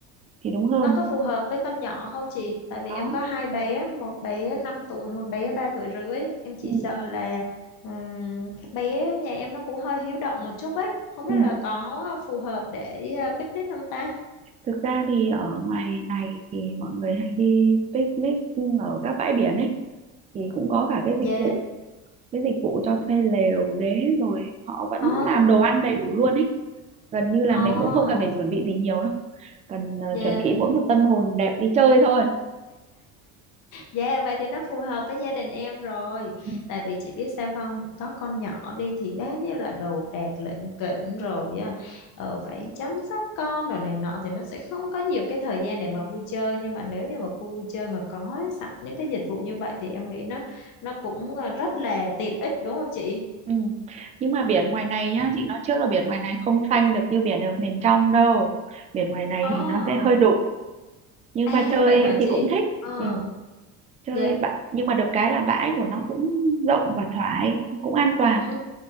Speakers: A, on the right; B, on the left.
A: thì đúng hơn.
B: Nó có phù hợp với con nhỏ không chị? Tại vì
A: Đó.
B: em có hai bé, một bé 5 tuổi, một bé 3 tuổi rưỡi. Em chỉ
A: Ừ.
B: sợ là ừm, các bé nhà em nó cũng hơi hiếu động một chút ấy. Không biết
A: Ừ.
B: là có phù hợp để ờ, picnic không ta?
A: Thực ra thì ở ngoài này thì mọi người hay đi picnic ừ, ở các bãi biển ấy thì cũng có cả cái
B: Dạ.
A: dịch vụ cái dịch vụ cho thuê lều ghế rồi họ vẫn
B: Ồ,
A: làm đồ ăn đầy đủ luôn ấy gần như là
B: ồ,
A: mình cũng không cần phải chuẩn bị gì nhiều đâu cần ờ,
B: dạ.
A: chuẩn bị mỗi một tâm hồn đẹp đi chơi thôi
B: Dạ vậy thì nó phù hợp với gia đình em rồi
A: ừ.
B: Tại vì chị biết sao không Có con nhỏ đi thì bao nhiêu là đồ đạc lỉnh kỉnh rồi á ờ,
A: Đúng.
B: Phải chăm sóc con rồi này nọ Thì nó sẽ không có nhiều cái thời gian để mà vui chơi Nhưng mà nếu như mà khu vui chơi mà có sẵn những cái dịch vụ như vậy Thì em nghĩ nó nó cũng à, rất là tiện ích đúng không chị?
A: Ừ. Nhưng mà biển ngoài này nhá chị nói trước là biển ngoài này không xanh được như biển ở miền trong đâu biển ngoài này
B: Ờ
A: thì nó sẽ hơi đục nhưng
B: À
A: mà chơi
B: vậy hả
A: thì
B: chị?
A: cũng thích
B: Ờ
A: ừ, chơi
B: dạ
A: bã- nhưng mà được cái là bãi của nó cũng rộng và thoải cũng an toàn
B: Ừ,